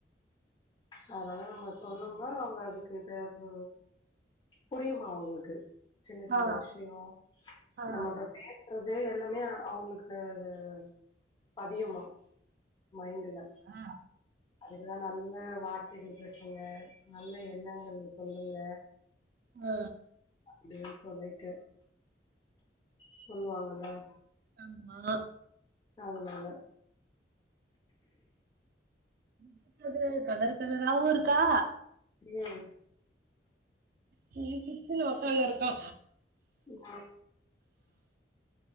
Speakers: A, on the left; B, on the right.
A: அதனால நம்ம சொன்னம்ன்னா, அவங்க அதுக்கு தே பு புரியுமா அவுங்களுக்கு சின்ன சின்ன
B: ஆ
A: விஷயோ
B: ஆ
A: நம்ம இப்ப பேஸ் றது எல்லாமே அவுங்களுக்கு அது பதியுமா மைண்டுல
B: ஆ
A: அதுக்குதா நன்ன வாட் <unintelligible> பேசுவங்க. நல்ல எண்ணங்கள் சொல்லுங்க.
B: ஆ
A: அப்படின்னு சொல்லிட்டு சொல்லுவாங்களே
B: ஆமா
A: அதனால
B: சுக்காது கலர் கலராவு இருக்கா
A: உம்
B: டீ குடிச்சுனு ஒக்ந்து இருக்கோ
A: ஆ